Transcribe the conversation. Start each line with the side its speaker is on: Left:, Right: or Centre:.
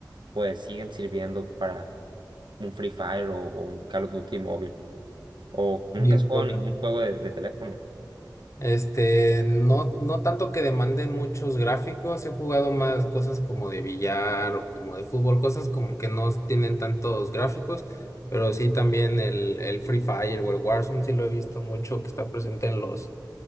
Right: pues siguen sirviendo para un Free Fire o, o un Call of Duty móvil. ¿O nunca
Left: Y
Right: has
Left: por,
Right: jugado ningún juego de, de teléfono?
Left: Este, no, no tanto que demanden muchos gráficos, he jugado más cosas como de billar o como de fútbol, cosas como que no tienen tantos gráficos, pero sí también el, el Free Fire o el Warzone sí lo he visto mucho que está presente en los,